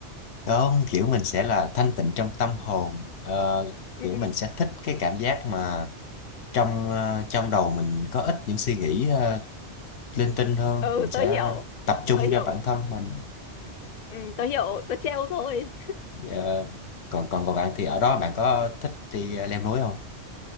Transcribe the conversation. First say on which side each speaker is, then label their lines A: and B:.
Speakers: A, on the left; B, on the left.
A: có kiểu mình sẽ là thanh tịnh trong tâm hồn Ờ,
B: ừ
A: kiểu mình sẽ thích cái cảm giác mà trong ờ, trong đầu mình có ít những suy nghĩ ờ, linh tinh hơn
B: ừ
A: mình sẽ
B: tớ hiểu
A: tập trung
B: tớ hiểu
A: cho bản thân mình
B: ừ, tớ hiểu tớ trêu thôi
A: Ờ, còn còn còn bạn thì ở đó bạn có thích đi ờ, leo núi không